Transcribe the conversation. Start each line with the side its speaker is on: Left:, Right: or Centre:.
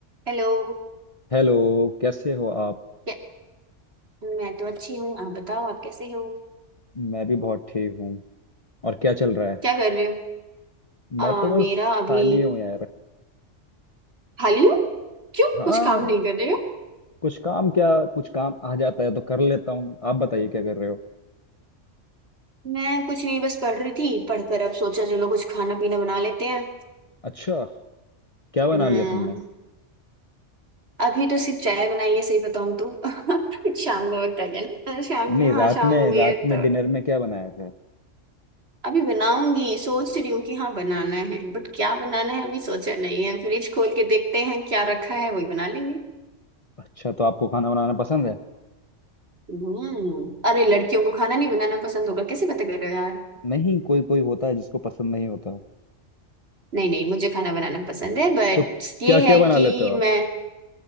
Right: Hello
Left: हेलो कैसे हो आप
Right: क्या मैं तो अच्छी हूँ आप बताओ आप कैसे हो
Left: मैं भी बहुत ठीक हूँ और क्या चल रहा है
Right: क्या कर रहे हो अ,
Left: मैं तो बस
Right: मेरा अभी
Left: खाली हूँ यार
Right: खाली हूँ क्यों
Left: हाँ
Right: कुछ काम नहीं कर रहे हो
Left: कुछ काम क्या कुछ काम आ जाता है तो कर लेता हूँ आप बताइए क्या कर रहे हो
Right: मैं कुछ नहीं बस पढ़ रही थी पढ़कर अब सोचा चलो कुछ खाना पीना बना लेते हैं
Left: अच्छा क्या बना
Right: हम्म
Left: लिया तुमने
Right: अभी तो सिर्फ चाय बनाई है सही बताऊँ तो <laughs> शाम का वक्त आ गया ना अ, शाम
Left: नहीं
Right: की हाँ
Left: रात
Right: शाम
Left: में
Right: हो गई
Left: रात
Right: है
Left: में
Right: तो
Left: डिनर में क्या बनाया था
Right: अभी बनाऊंगी सोच रही हूँ कि हाँ बनाना है बट क्या बनाना है अभी सोचा नहीं है फ्रिज खोल के देखते हैं क्या रखा है वही बना लेंगे
Left: अच्छा तो आपको खाना बनाना पसंद है
Right: हम्म अरे लड़कियों को खाना नहीं बनाना पसंद होगा कैसे बातें कर रहे हो यार
Left: नहीं कोई कोई होता है जिसको पसंद नहीं होता
Right: नहीं नहीं मुझे खाना बनाना पसंद है बट
Left: तो
Right: ये
Left: क्या क्या
Right: है
Left: बना
Right: कि
Left: लेते हो आप
Right: मैं